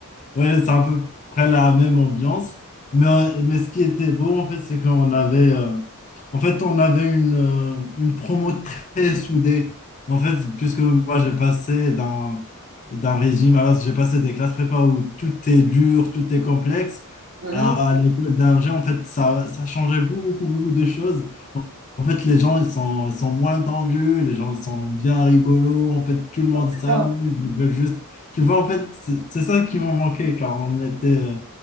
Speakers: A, on the left; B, on the right.
A: Ouais, c'est à peu près la même ambiance. Mais, euh, mais ce qui était beau, en fait, c'est qu'on avait, euh, en fait, on avait une, euh, une promo très soudée. En fait, puisque moi, j'ai passé d'un, d'un régime, alors j'ai passé des classes prépa où tout est dur, tout est complexe,
B: Mhm.
A: à l'école d'ingé, en fait, ça, ça changeait beaucoup, beaucoup de choses. En fait, les gens, ils sont, ils sont moins tendus, les gens, ils sont bien rigolos. En fait, tout le monde
B: Ah, c'est
A: s'amuse,
B: ça.
A: ils veulent juste... Tu vois, en fait, c'est c'est ça qui m'a manqué, car on était... euh,